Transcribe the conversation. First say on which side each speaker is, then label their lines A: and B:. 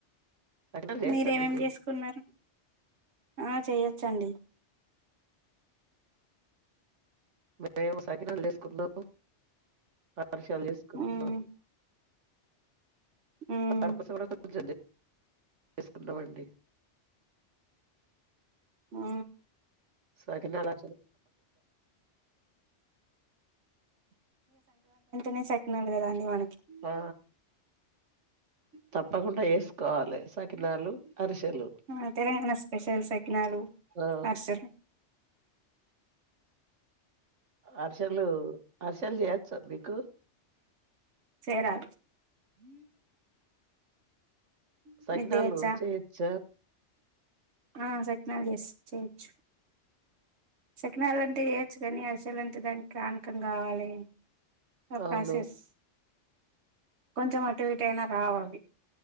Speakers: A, on the right (about 85°); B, on the right (about 65°).
A: సకినాలు చేయొచ్చా
B: మీరేమేం
A: మీకు
B: చేసుకున్నారు ఆ చేయొచ్చండి
A: మేమేమో సకినాలు వేసుకున్నాము అరిసెలు చేసుకుంటాం
B: మ్మ్ మ్మ్
A: <inaudible> తీసుకుందామండి
B: ఆ
A: సకినాలు <inaudible> <inaudible>
B: నే సె <inaudible> దాన్ మనకి
A: ఆ తప్పకుండా వేసుకోవాలి సకినాలు అరిసెలు
B: ఆ తెలంగాణ స్పెషల్ సకినాలు
A: ఆ
B: అర్సలు
A: అరిసలు అరిసలు చేయొచ్చ మీకు
B: చేయరా
A: హ సకినాలు
B: మీకు చేయొచ్చా
A: చేయచ్చ
B: ఆ సక్నాల చెస్ చేయొచ్చు సక్నాాలంటిే చె చ్చు కానీ అస్ లంటే దాని కానీ పని కావాలి ఆ
A: అవును
B: ప్రసెస్ కొంచెం అటు ఇటు అయినా రావివ్వి